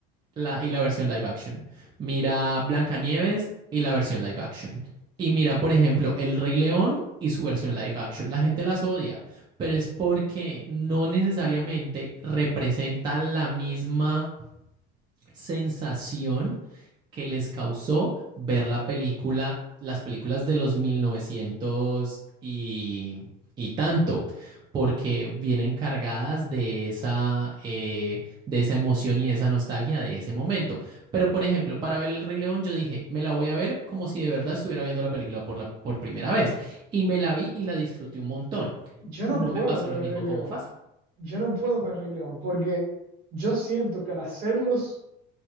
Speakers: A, on the right; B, on the right.
A: la, y la versión live action. Mira Blancanieves y la versión live action. Y mira, por ejemplo, El Rey León y su versión live action. La gente las odia, pero es porque no necesariamente representa la misma sensación que les causó ver la película, las películas de los 1900 y, y tanto, porque vienen cargadas de esa, eh, de esa emoción y esa nostalgia de ese momento. Pero, por ejemplo, para ver El Rey León, yo dije, me la voy a ver como si de verdad estuviera viendo la película por, la, por primera vez. Y me la vi y la disfruté un montón.
B: Yo
A: No
B: no puedo
A: me pasó
B: con
A: lo
B: el
A: mismo
B: Rey León,
A: como Fasa.
B: yo no puedo con el Rey León, porque yo siento que al hacerlos